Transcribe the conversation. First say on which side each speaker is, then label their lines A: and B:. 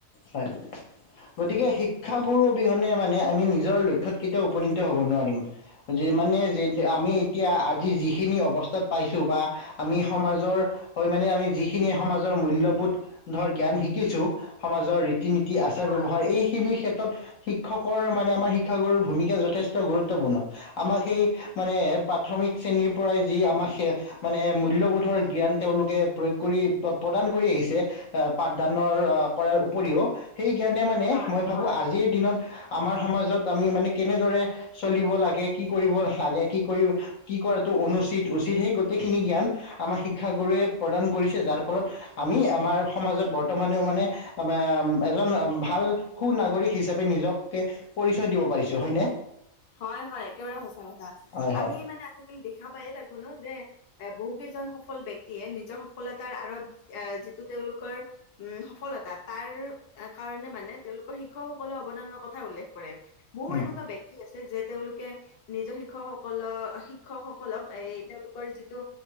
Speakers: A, on the left; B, on the left.
A: হয়। গতিকে শিক্ষাগুৰু অবিহনে মানে আমি নিজৰ লক্ষয়ত কেতিয়াও উপনীত হ'ব নোৱাৰিম। যিমানে আমি এতিয়া আজি যিখিনি অৱস্থাত পাইছো বা আমি সমাজৰ হয় মানে আমি যিখিনি সমাজৰ মূল্যবোধ ধৰ জ্ঞান শিকিছো। সমাজৰ ৰীতি -নীতি আচাৰ ব্যৱহাৰ এই খিনি ক্ষেত্ৰত শিক্ষকৰ মানে আমাৰ শিক্ষাগুৰু ভূমিকা যথেষ্ট গুৰুত্বপূৰ্ণ। আমাক সেই মানে প্ৰাথমিক শ্ৰেণীৰ পৰাই যি আমাক মানে মূল্যবোধৰ জ্ঞান তেওঁলোকে প্ৰয়োগ কৰি প্ৰদান কৰি আহিছে প দানৰ কৰাৰ উপৰিও সেই জ্ঞানে মানে
B: হয়
A: মই ভাবো আজি আজিৰ দিনত আমাৰ সমাজত আমি মানে কেনেদৰে চলিব লাগে। কি কৰিব লাগে কি কৰিব কি কৰাটো অনুচিত, উচিত সেই গোটেইখিনি জ্ঞান আমাৰ শিক্ষাগুৰুয়ে প্ৰদান কৰিছে। যাৰ ফলত আমি আমাৰ সমাজত বৰ্তমান বৰ্তমানেও মানে এজন ভাল সু নাগৰিক হিচাপে নিজকে পৰিচয় দিব। পাৰিছোঁ হয় নে?
B: হয় হয় একেবাৰে সঁচা কথা
A: হয় হয়
B: আমি মানে আজিকালি দেখা পায়। তাক শুনো যে এ বহু কেইজন সফল ব্ক্তিয়ে নিজৰ সফলতা তাৰ আঁৰত যিটো তেওঁলোকৰ উম সফলতা- তাৰ কাৰণে মানে তেওঁলোকৰ শিক্ষকসকলে অৱদানৰ কথা উল্লেখ কৰে। বহু
A: উম
B: এনেকুৱা বি- যে তেওঁলোকে নিজৰ শিক্ষকসকলৰ শি- শিক্ষকসকলক এ তেওঁলোকৰ যিটো